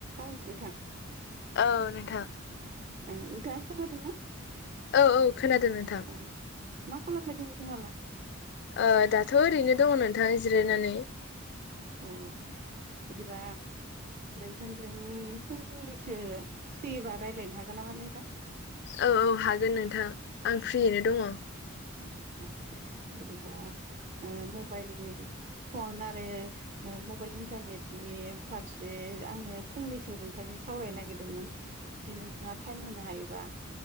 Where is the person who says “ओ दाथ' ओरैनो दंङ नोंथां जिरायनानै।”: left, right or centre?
Left